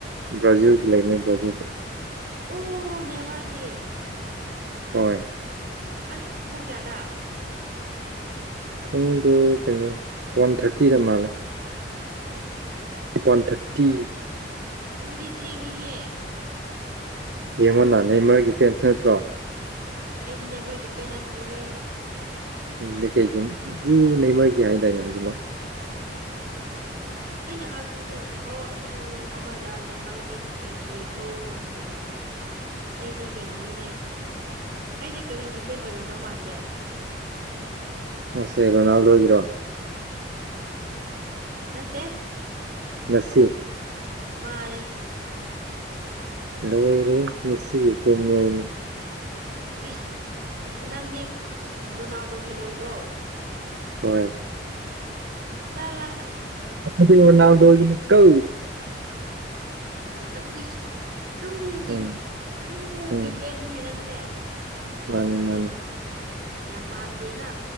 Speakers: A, on the right; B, on the right.
A: ꯕ꯭ꯔꯥꯖꯤꯜꯒꯤ ꯂꯩꯃꯦ ꯕ꯭ꯔꯥꯖꯤꯜꯗ
B: ꯑꯣ ꯅꯦꯃꯔꯒꯤ
A: ꯍꯣꯏ
B: ꯑꯁ ꯄꯨꯡ ꯀꯌꯥꯗ
A: ꯄꯨꯡꯗꯣ ꯀꯩꯅꯣ ꯋꯥꯟ ꯊꯥꯔꯇꯤꯗ ꯃꯥꯜꯂꯦ ꯋꯥꯟ ꯊꯥꯔꯇꯤ
B: ꯑꯗꯨꯗꯤ ꯊꯦꯡꯉꯤꯍꯦ
A: ꯌꯦꯡꯉꯣ ꯅꯅꯥ ꯅꯪ ꯃꯔꯛꯀꯤ ꯐꯦꯟꯁ ꯅꯠꯇ꯭ꯔꯣ
B: ꯑꯩꯗꯤ ꯅꯦꯕꯔꯒꯤ ꯐꯦꯟ ꯅꯠꯇꯤꯍꯦ
A: ꯎ ꯂꯩ ꯀꯩꯒꯤꯅꯤ ꯎ ꯅꯃꯔꯒꯤꯦ ꯍꯥꯏꯗꯥꯏꯅꯦ ꯍꯧꯖꯤꯛꯃꯛ
B: ꯑꯩꯅ ꯍꯥꯏꯕꯗꯨꯗꯤ ꯑꯣ ꯄꯨꯡ ꯑꯃꯗ ꯅꯦꯃꯔꯒꯤ ꯃꯦꯁ ꯂꯩꯕ꯭ꯔꯣꯅ ꯍꯥꯏꯕꯅꯤꯗ ꯑ ꯑꯩꯗꯤ ꯀꯩꯅꯣꯒꯤꯅꯦ ꯑꯩꯁꯦ ꯀꯔꯤꯒꯤ ꯐꯦꯟ ꯑꯣꯏꯔꯝꯗꯧ ꯃꯥꯟꯒꯦ
A: ꯁꯦ ꯀꯅꯥ ꯂꯖꯔꯣ
B: ꯈꯠꯇꯦ
A: ꯃꯁꯤꯁꯤ
B: ꯃꯥꯅꯦꯦ
A: ꯂꯣꯏꯔꯦ ꯃꯤꯁꯤꯒꯤ ꯐꯤꯟ ꯌꯥꯏꯅꯤ
B: ꯏꯁ ꯅꯪꯗꯤ ꯔꯣꯅꯥꯜꯗꯣꯒꯤ ꯑꯣꯏꯕ꯭ꯔꯣ
A: ꯍꯣꯏ
B: ꯆꯂ
A: ꯒꯤꯅꯤ ꯀ
B: ꯑꯗꯨꯗꯤ ꯇꯨꯒꯤ
A: ꯎꯝ
B: ꯇꯨꯒꯤ
A: ꯎꯝ
B: ꯐꯦꯟꯅꯤꯅꯦ ꯅꯪꯁꯦ
A: ꯃꯥꯅꯤ ꯃꯥꯅꯤ
B: ꯌꯥꯝ ꯃꯥꯟꯗꯦꯅ